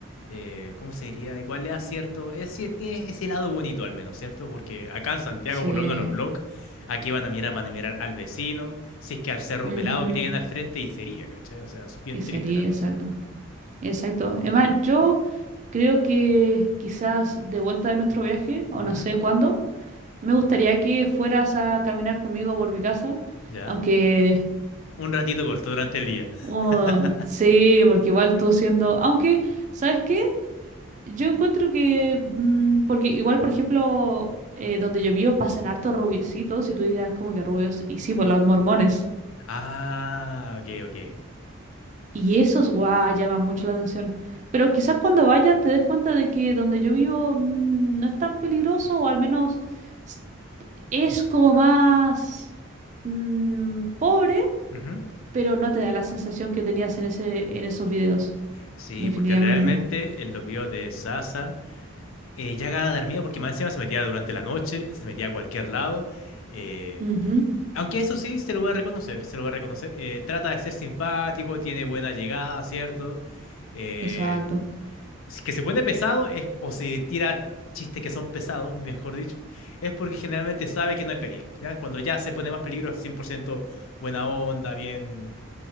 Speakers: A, on the left; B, on the right.
A: eh, ¿cómo se diría? Igual le da cierto, es, sí, tiene ese lado bonito al menos, ¿cierto? Porque acá en Santiago,
B: sí
A: por lo menos los vlogs, aquí van a mirar, van a mirar al vecino, si es que al cerro
B: Ujú,
A: pelado que tienen al frente y sería, ¿cachai? O sea, es bien
B: Y sería,
A: triste la cosa.
B: exacto. Exacto. Además, yo creo que quizás de vuelta de nuestro viaje, o no
A: Ujú,
B: sé cuándo, me gustaría que fueras a caminar conmigo por mi casa,
A: ¿Ya?
B: aunque
A: Un ratito corto durante el día.
B: oh,
A: <laughs>
B: sí, porque igual tú siendo, aunque, ¿sabes qué? Yo encuentro que, mm, porque igual, por ejemplo, eh, donde yo vivo pasan hartos rubiecitos, y tú dirás como que rubios, y sí, por los mormones.
A: Ah, ok, ok.
B: Y esos, guau, llaman mucho la atención. Pero quizás cuando vayas te des cuenta de que donde yo vivo mm, no es tan peligroso, o al menos s- es como más mm, pobre,
A: Ujú.
B: pero no te da la sensación que tenías en ese, en esos videos.
A: Sí,
B: Definitivamente
A: porque realmente
B: no.
A: en los videos de Sasa... eh, llega a dar miedo porque más encima se metía durante la noche, se metía a cualquier lado. eh,
B: Ujú,
A: aunque eso sí, se lo voy a reconocer, se lo voy a reconocer. eh, trata de ser simpático, tiene buena llegada, ¿cierto? Eh,
B: Exacto.
A: si que se pone pesado es, o se tira chistes que son pesados, mejor dicho, es porque generalmente sabe que no hay peligro, ¿ya? Cuando ya se pone más peligro es 100% buena onda, bien,